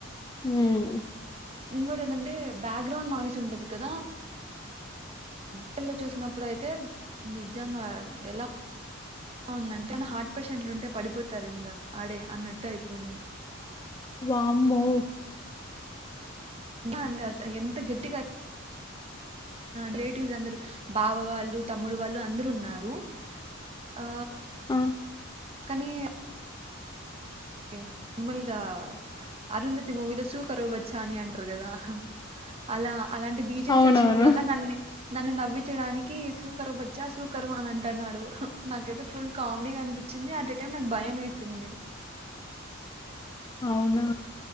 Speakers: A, on the left; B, on the right.
A: మ్
B: ఇంకోటి ఏంటంటే బ్యాగ్గ్రౌండ్ నయ్స్ ఉంటది కదా పిల్ల చూసినప్ అప్పుడైతే నిజంగా ఎలా ఉందంటే హార్ట్ పేషెంట్లు ఉంటే పడిపోతారు ఇంకా ఆడే అన్నట్టు అయిపోయింది.
A: వామ్మో
B: అండి ఎంత గట్టిగా రిలేటివ్స్ అందరు బాబ వాళ్ళు తమ్ముడు వాళ్ళు అందరు ఉన్నారు ఆ
A: ఆ
B: కానీ నార్మల్గా అరుంధతి మూవీలో సుకరోవ బచ్చా అని అంటారు కదా అలా అలాంటి బీజమ్స్
A: అవునవును
B: వచ్చినప్పుడల్లా న్నన్ని నన్ను నవ్వించడానికి సూకరు బచ్చా సూకరు అని అంటున్నాడు, నాకైతే ఫుల్ కామెడీ అనిపించింది అట్ టైం నాకు భయం వేసింది.
A: అవునా